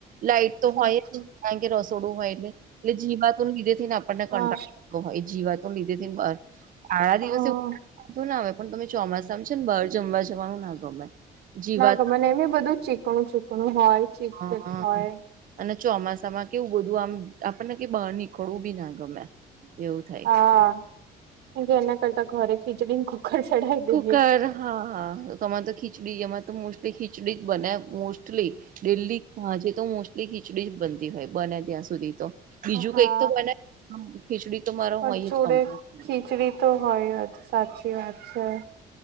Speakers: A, on the right; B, on the right.
A: લાઈટ તો
B: સાચી
A: હોય જ, કારણ કે રસોડું હોય એટલે. એટલે જી વાતોને લીધે થઈને આપણને
B: હા
A: કન્ટ્રાક્ટ જીવાત લીધે ને બ આડા દિવસે
B: હા
A: બધું ના આવે. પણ તમે ચોમાસામાં છે ને, બહાર જમવા જવાનું ના ગમે. જીવાત
B: ના ગમે મને એમ બધું ચીકણું-ચૂકણું હોય. ચીપચીપ
A: હમ.
B: હોય
A: અને ચોમાસામાં કેવું, બધું આમ આપણને કે બહાર નીકળવું બી ના ગમે, એવું થાય.
B: હા, એ કે એના કરતા ઘરે ખીચડીને કુકર ચઢાવી
A: કુકર.
B: દઈએ
A: હા, હા તમાર તા તો ખીચડી જેમાં તો મોસ્ટલી ખીચડી બને મોસ્ટલી. ડેઇલી સાંજે તો મોસ્ટલી ખીચડી જ બનતી હોય બને ત્યાં સુધી તો. બીજું
B: હા
A: કંઈક તો બને, તો ખીચડી તો મારો
B: પણ
A: હોય
B: જોડે
A: જ, કંપલસરી.
B: ખીચડી તો હોય સાચી વાત. અરછા,